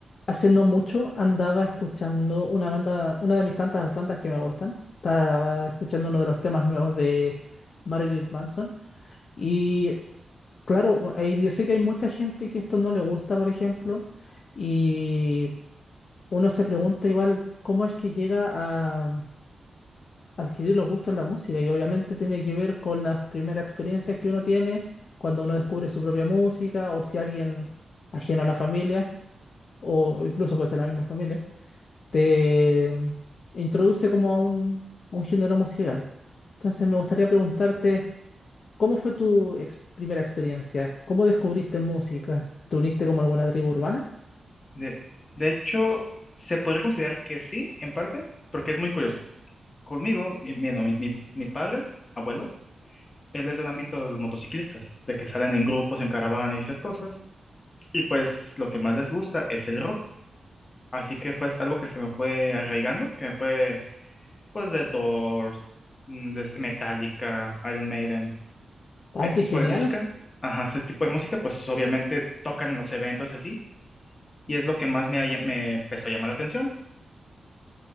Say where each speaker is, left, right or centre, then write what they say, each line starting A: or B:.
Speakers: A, on the left; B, on the left.
A: Hace no mucho andaba escuchando una banda, una de mis tantas bandas que me gustan. Estaba escuchando uno de los temas nuevos de Marilyn Manson. Y claro, ahí yo sé que hay mucha gente que esto no le gusta, por ejemplo. Y uno se pregunta igual cómo es que llega a adquirir los gustos en la música. Y obviamente tiene que ver con las primeras experiencias que uno tiene cuando uno descubre su propia música o si alguien ajeno a la familia o incluso puede ser la misma familia te mm, introduce como a un, un género musical. Entonces me gustaría preguntarte, ¿cómo fue tu ex- primera experiencia? ¿Cómo descubriste música? ¿Te uniste como a alguna tribu urbana?
B: De, de hecho, se podría considerar que sí, en parte, porque es muy curioso. Conmigo, mi, mi, no, mi- mi- mi padre, abuelo, él es del ámbito de los motociclistas, de que salen en grupos, en caravanas y esas cosas, y pues lo que más les gusta es el rock. Así que fue algo que se me fue arraigando, que fue pues de Doors, mm, de Metallica, Iron Maiden,
A: ¡Ay,
B: ese
A: qué
B: tipo
A: genial!
B: de música. Ajá, ese tipo de música, pues obviamente tocan en los eventos y así, y es lo que más me, ha lla- me empezó a llamar la atención.